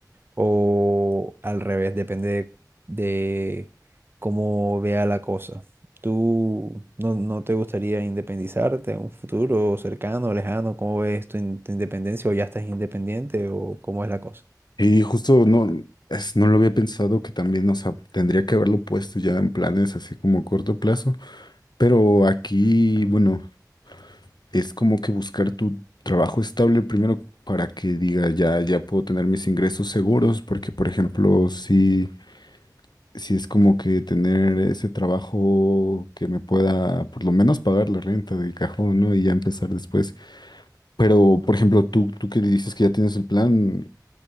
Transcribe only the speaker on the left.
Y justo no, es- no lo había pensado que también, o sea, tendría que haberlo puesto ya en planes así como a corto plazo. Pero aquí, bueno. es como que buscar tu trabajo estable primero para que diga ya, ya puedo tener mis ingresos seguros, porque por ejemplo, si, si es como que tener ese trabajo que me pueda por lo menos pagar la renta de cajón, ¿no? Y ya empezar después. Pero por ejemplo, tú, tú que dices que ya tienes el plan,